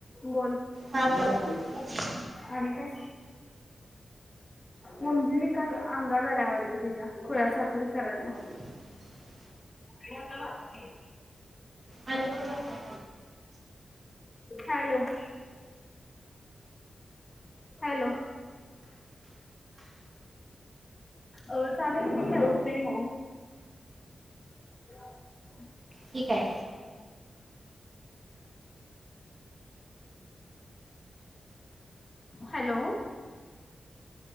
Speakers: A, on the left; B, on the right.
A: बोल.
B: हा बोला की,
A: आणि काय मंजूलिका अंगात आल्या वाडतं तिच्या खुळ्या सारख करायलाय.
B: <inaudible>
A: ते आता
B: हा
A: हॅलो हॅलो अ चालेल मी ठेवते मग. <inaudible>
B: ठीक आहे.
A: हॅलो